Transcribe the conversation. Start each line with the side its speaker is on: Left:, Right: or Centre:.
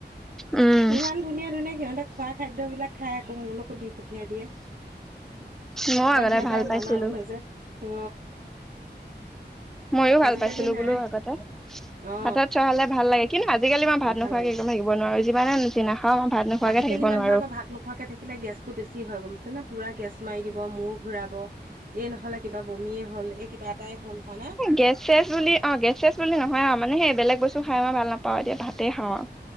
Centre: উম
Right: ইমান ধুনীয়া ধুনীয়া সিহঁতে খোৱা খাদ্যবিলাক খাই আকৌ মোলৈকো দি পঠিয়াই দিয়ে। <unintelligible>
Centre: মই আগতে
Right: সিহঁতে
Centre: ভাল পাইছিলো।
Right: মানা মানুহ যে অ
Centre: মইও ভাল
Right: আজিকালি
Centre: পাইছিলো।
Right: নাই
Centre: বুলো আগতে।
Right: অ
Centre: হাতত চোৱ হালে ভাল লাগে, কিন্তু আজিকালি মই ভাত নোখোৱাকে
Right: ভাল লাগে
Centre: একো থাকিব নোৱাৰো যিমানে যি নাখাওঁ ভাত নোখোৱাকে
Right: আজিকালি
Centre: থাকিব
Right: মানুহে
Centre: নোৱাৰ।
Right: আকৌ ভাত নোখোৱাকে থাকিলে গেছতটো বেছি হয় বোলো, পুৰা গেছ মাৰি দিব মূৰ ঘুৰাব। ফালে কিবা বমিয়ে হ'ল, এই কিবা এটাই হ'ল, হয় নে?
Centre: গেছ ছেছ বুলি অ গেছ ছেছ বুলি নহয় আও, মানে সেই বেলেগ বস্তু খাই মই ভাল নাপা পাওঁ দিয়া ভাতে খাওঁ আৰু